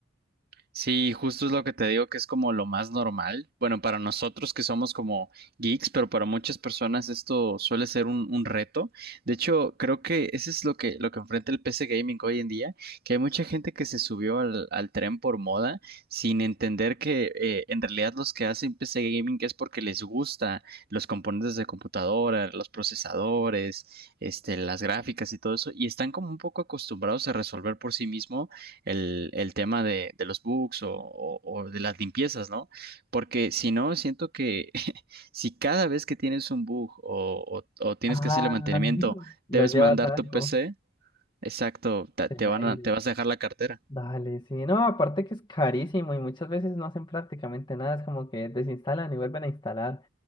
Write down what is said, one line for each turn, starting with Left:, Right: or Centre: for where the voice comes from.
Right: Sí, justo es lo que te digo que es como lo más normal. Bueno, para nosotros que somos como geeks, pero para muchas personas esto suele ser un, un reto. De hecho, creo que eso es lo que, lo que enfrenta el PC Gaming hoy en día, que hay mucha gente que se subió al, al tren por moda sin entender que eh, en realidad los que hacen PC Gaming es porque les gusta los componentes de computadora, los procesadores, este, las gráficas y todo eso, y están como un poco acostumbrados a resolver por sí mismos el, el tema de, de los bugs o, o- o de las limpiezas, ¿no? Porque si no, siento que <laughs> si cada vez que tienes un bug o, o- o tienes
Left: Ah,
Right: que hacerle mantenimiento,
Left: lo
Right: debes
Left: <laughs> llevas
Right: mandar
Left: a
Right: tu
Left: algo,
Right: PC, exacto, ta-
Left: se
Right: te
Left: muere.
Right: van a- te vas a dejar la cartera.
Left: Dale, sí, no, aparte que es carísimo y muchas veces no hacen prácticamente nada, es como que desinstalan y vuelven a instalar